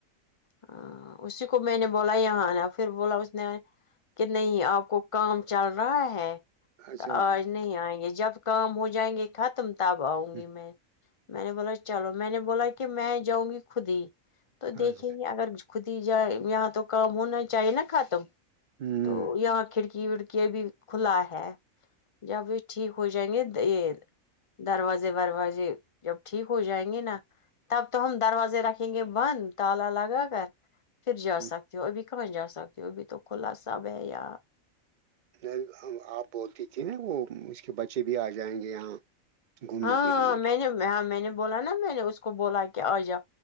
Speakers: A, on the left; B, on the right.
A: ہ اسی کو میں نے بولا یہاں نا پھر بولا اس نے کہ نہیں آپ کو کام چل رہا ہے
B: اچھا
A: تو
B: اچھا
A: آج نہیں آئیں گے جب کام ہو جائیں گے ختم تب آؤں
B: ہوں،
A: گی میں میں نے بولا چلو میں نے بولا کہ میں جاؤں گی خود ہی تو
B: اچھا
A: دیکھیں گے اگر خود ہی جائے یہاں تو کام ہونا چاہیے نا خاتم
B: ہوں
A: تو یہاں کھڑکی کیڑ کے بھی کھلا ہے جب بھی ٹھیک ہو جائیں گے یہ دروازے وروازے جب ٹھیک ہو جائیں گے نا تب تو ہم دروازے رکھیں گے بند تالا لگا کر پھر جا
B: ہوں۔
A: سکتی ہو ابھی کہاں جا سکتی ہو ابھی تو کھلا ساب ہے یاار
B: نہیں آپ بولتے تھے نا وہ اس کے بچے بھی آ جائیں گے یہاں گھومنے
A: ہاں
B: کے لیے
A: میں نے ہاں میں نے بولا نا میں نے اس کو بولا کہ آ جاؤ